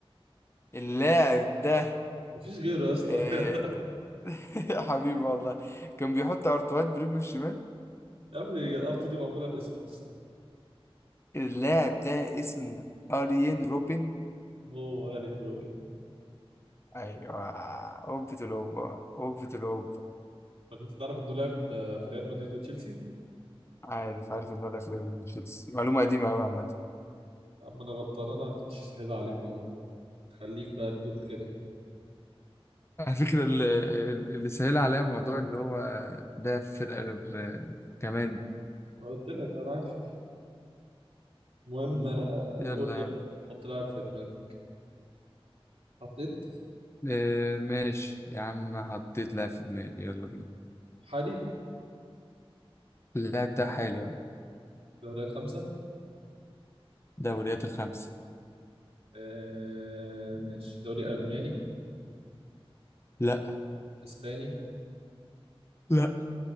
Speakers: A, on the left; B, on the right.
A: اللاعب ده
B: مفيش غيره يا اسطى
A: آه...
B: <laughs>
A: <laughs> حبيبي والله كان بيحط ارتوهات برجله الشمال
B: يا ابني ارتو دي معموله باسمه
A: اللاعب ده اسمه اريين روبن
B: هو اريال روبن
A: ايوه اوبة الاوبة اوبة الاوبة
B: انت كنت تعرف انه لعب في ريال مدريد وتشيلسي
A: عارف عارف ان ده في ريال تشيلسي معلومة قديمة قوي عامة
B: اما انا غلطان انا كنت سهل عليك والله تخليك بقى تدوخ كده
A: على فكرة ال- ال- اللي سهل عليا موضوع إن هو ده في فرقة غير كمان دي
B: ما قلت لك انا عارف المهم
A: مم.
B: آه،
A: يلا
B: قول
A: يا
B: لي
A: عم
B: يلا حط لاعب في دماغك حطيت
A: إيه ماشي يا عم حطيت لاعب في دماغي يلا بينا
B: حالي
A: اللاعب ده حالي بقى
B: دوريات خمسة
A: دوريات الخمسة
B: آه ماشي دوري ألماني
A: لا
B: إسباني
A: لا